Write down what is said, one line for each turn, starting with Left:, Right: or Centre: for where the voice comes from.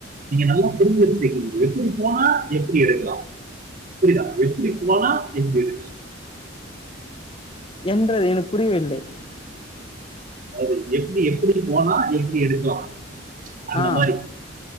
Right: நீங்க நல்லா புரிஞ்சு வெச்சிருக்கீங்க எப்டி போனா எப்டி இருக்கலாம் புரிதா எப்படி போனா எப்டி இரு
Left: என்றது எனக்கு புரியவில்லை
Right: அது எப்டி எப்டி போனா எப்டி எடுக்கலா அந்த
Left: ஆ
Right: மாரி